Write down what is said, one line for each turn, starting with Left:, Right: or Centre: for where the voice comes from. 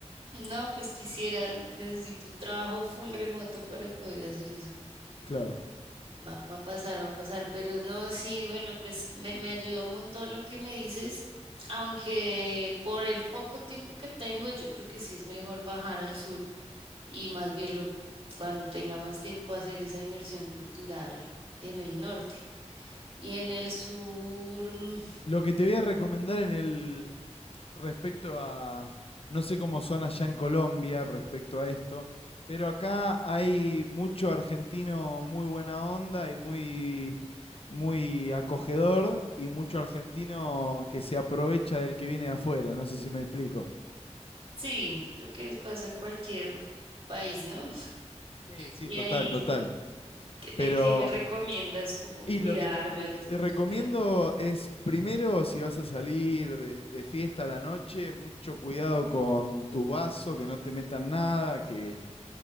Right: No, pues quisiera, necesito un trabajo full remoto para poder hacer eso.
Left: Claro.
Right: Va, va a pasar, va a pasar, pero no, sí, bueno, pues me, me ayudó un montón lo que me dices, aunque por el poco tiempo que tengo, yo creo que sí es mejor bajar al sur y más bien lo, cuando tenga más tiempo hacer esa inmersión cultural en el norte. Y en el sur, mm,
Left: Lo que te voy a recomendar en el, respecto a, no sé cómo son allá en Colombia respecto a esto, pero acá hay mucho argentino muy buena onda y muy, muy acogedor y mucho argentino que se aprovecha del que viene de afuera, no sé si me explico.
Right: sí, creo que pasa en cualquier país, ¿no?
Left: Sí, sí,
Right: Y
Left: total,
Right: ahí,
Left: total.
Right: ¿de
Left: Pero,
Right: qué me recomiendas? ¿Cómo
Left: y
Right: cuidarme
Left: lo que te, lo
Right: o
Left: que
Right: tener
Left: te recomiendo
Right: cuidado?
Left: es, primero, si vas a salir de, de fiesta a la noche, mucho cuidado con tu vaso, que no te metan nada, que